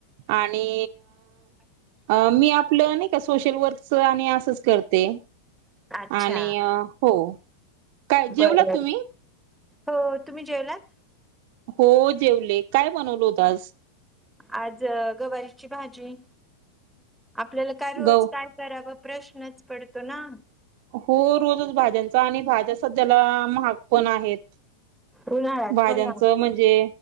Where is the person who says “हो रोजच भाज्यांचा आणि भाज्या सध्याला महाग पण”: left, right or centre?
Right